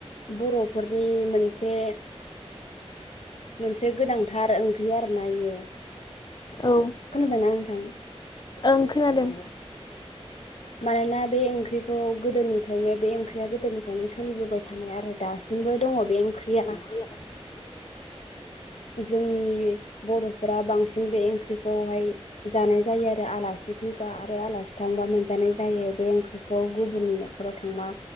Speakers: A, on the left (about 80°); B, on the left (about 45°).
A: बर'फोरनि मोनसे मोनसे गोनांथार ओंख्रि आरो ना इयो
B: औ
A: खोनादोंना नोंथां
B: ओं खोनादों
A: मानोना बे ओंख्रि खौ गोदोनिफ्रायनो बे ओंख्रिया गोदोनिफ्रायनो सलिबोबाय थानाय आरो दासिमबो दङ बे ओंख्रिया
B: <inaudible>
A: जोंनि बर'फोरा बांसिन बे ओंख्रिखौहाय जानाय जायो आरो आलासि फैबा आरो आलासि थांबा मोनसे जायो बे ओंख्रिखौ गुबुननि न'खाव थांबा